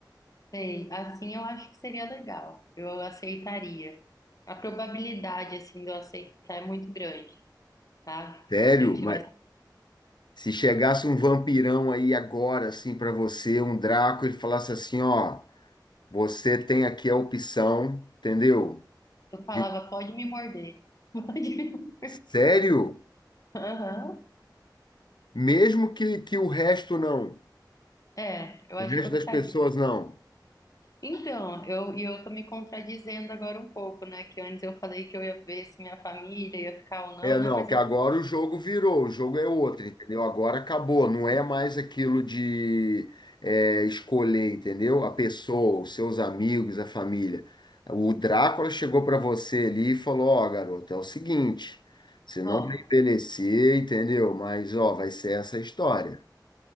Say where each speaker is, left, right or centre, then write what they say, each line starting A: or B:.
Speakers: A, on the left; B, on the left.
A: sei. Assim eu acho que seria legal. Eu aceitaria. A probabilidade assim de eu aceitar é muito grande. sabe?
B: Sério,
A: Se eu tivesse,
B: mas se chegasse um vampirão aí agora, assim, pra você, um Draco, ele falasse assim, ó, você tem aqui a opção, entendeu?
A: eu falava,
B: De-
A: pode me morder. <laughs> Pode me...
B: sério?
A: Aham.
B: Mesmo que, que o resto não,
A: É, eu acho
B: o resto
A: que eu
B: das
A: ficaria.
B: pessoas não.
A: Então, eu, e eu tô me contradizendo agora um pouco, né? Que antes eu falei que eu ia ver se minha família ia ficar ou não,
B: É, não,
A: né? Mas
B: que
A: eu,
B: agora o jogo virou, o jogo é outro, entendeu? Agora acabou, não é mais aquilo de é, escolher, entendeu? A pessoa, os seus amigos, a família. O Drácula chegou para você ali e falou: Ó, garoto, é o seguinte, você não
A: ó,
B: vai envelhecer, entendeu? Mas, ó, vai ser essa a história.